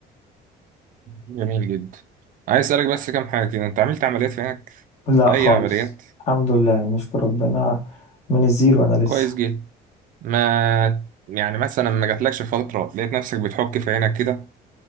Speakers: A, on the right; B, on the left.
A: جميل جدا عايز أسألك بس كام حاجة كده أنت عملت عمليات في عينك؟
B: لا
A: أي
B: خالص
A: عمليات؟
B: الحمد لله نشكر ربنا من الزيرو انا لسه
A: كويس جدا ما يعني مثلا ما جاتلكش فترة لقيت نفسك بتحك في عينك كده